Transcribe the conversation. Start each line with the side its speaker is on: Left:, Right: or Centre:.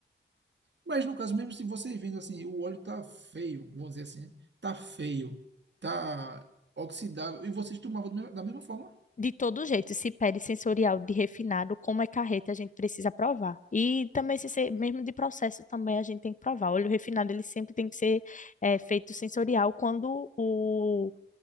Right: mas no caso, mesmo se você vendo assim, o óleo tá feio, vamos dizer assim, né? tá feio, tá oxidável, e vocês tomavam do me- da mesma forma.
Left: De todo jeito, se pede sensorial de refinado, como é carreta, a gente precisa provar. E também, se ser, mesmo de processo, também a gente tem que provar. O óleo refinado, ele sempre tem que ser é, feito sensorial quando o,